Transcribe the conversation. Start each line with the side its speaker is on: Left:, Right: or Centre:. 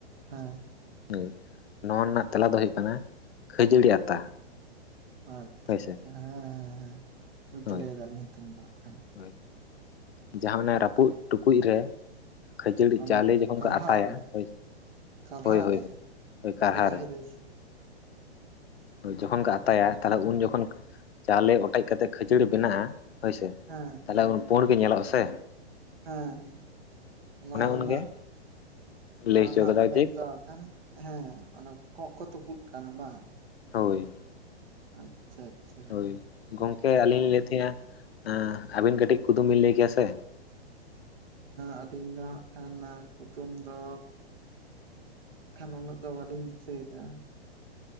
Right: ᱦᱮᱸ
Left: ᱦᱩ ᱱᱚᱣᱟ ᱨᱮᱱᱟᱜ ᱛᱮᱞᱟ ᱫᱚ ᱦᱩᱭᱩᱜ ᱠᱟᱱᱟ ᱠᱷᱟᱹᱡᱟᱹᱲᱤ ᱟᱛᱟ
Right: ᱟᱪᱪᱷᱟ
Left: ᱦᱳᱭ
Right: ᱟᱪᱪᱷᱟ
Left: ᱥᱮ
Right: ᱦᱮᱸᱦᱮᱸ ᱵᱩᱡ
Left: ᱦᱳᱭ
Right: ᱫᱟᱲᱮᱭᱟ ᱫᱟᱞᱤᱧ ᱱᱤᱛᱚᱝ ᱫᱚ ᱦᱟᱜ ᱠᱷᱟᱱ
Left: ᱦᱳᱭ ᱡᱟᱦᱟᱸ ᱚᱱᱮ ᱨᱟᱹᱯᱩᱫ ᱴᱩᱠᱩᱡ ᱨᱮ ᱠᱷᱟᱹᱡᱟᱹᱲᱤ
Right: ᱚᱱᱮ
Left: ᱪᱟᱣᱞᱮ ᱡᱚᱠᱷᱚᱱ
Right: ᱠᱟᱨᱦᱟᱜ
Left: ᱠᱚ ᱟᱛᱟᱭᱟ
Right: ᱨᱮ
Left: ᱦᱳᱭ
Right: ᱠᱟᱞᱦᱟᱜ
Left: ᱦᱳᱭ ᱦᱳᱭ
Right: ᱨᱮ
Left: ᱠᱟᱨᱦᱟ
Right: ᱠᱟᱨᱟᱦᱤᱨᱤ
Left: ᱨᱮ
Right: ᱥᱮ
Left: ᱡᱚᱠᱷᱚᱱ ᱠᱚ ᱟᱛᱟᱭᱟ ᱛᱟᱦᱞᱮ ᱩᱱ ᱡᱚᱠᱷᱚᱱ ᱪᱟᱣᱞᱮ ᱚᱴᱮᱡ ᱠᱟᱛᱮᱫ ᱠᱷᱟᱹᱡᱟᱹᱲᱤ ᱵᱮᱱᱟᱜᱼᱟ ᱦᱳᱭᱥᱮ
Right: ᱦᱮᱸ
Left: ᱛᱟᱦᱞᱮ
Right: ᱦᱮᱸ
Left: ᱩᱱ ᱯᱩᱲ ᱜᱮ ᱧᱮᱞᱚᱜ ᱟᱥᱮ
Right: ᱦᱮᱸ ᱚᱱᱟ ᱨᱮᱱᱟᱜ
Left: ᱩᱱᱜᱮ
Right: ᱚᱱᱟ
Left: ᱞᱟᱹᱭ ᱦᱚᱪᱚ
Right: ᱨᱮᱱᱟᱜ
Left: ᱠᱟᱫᱟ
Right: ᱢᱮᱱᱮᱫ
Left: ᱡᱮ
Right: ᱫᱚ ᱮᱠᱷᱟᱱ ᱦᱮᱸ ᱚᱱᱟ ᱠᱚᱸᱜ ᱠᱚ ᱛᱩᱯᱩᱫ ᱠᱟᱱᱟ ᱵᱟᱝ
Left: ᱦᱳᱭ
Right: ᱟᱪᱪᱷᱟ ᱟᱪᱷᱟ ᱟᱪᱷᱟ
Left: ᱦᱳᱭ ᱜᱚᱝᱠᱮ ᱟᱹᱞᱤᱧ ᱞᱤᱧ ᱞᱟᱹᱭᱮᱫ ᱛᱟᱦᱮᱸᱱᱟ ᱟᱹᱵᱤᱱ ᱠᱟᱹᱴᱤᱡ ᱠᱩᱫᱩᱢ ᱵᱤᱱ ᱞᱟᱹᱭ ᱠᱮᱭᱟ ᱥᱮ
Right: ᱟᱹᱞᱤᱧ ᱫᱚ ᱦᱟᱸᱜ ᱠᱷᱟᱱ ᱠᱩᱫᱩᱢ ᱫᱚ ᱠᱷᱟᱱ ᱩᱱᱟᱹᱜ ᱫᱚ ᱵᱟᱹᱞᱤᱧ ᱫᱤᱥᱟᱹᱭᱫᱟ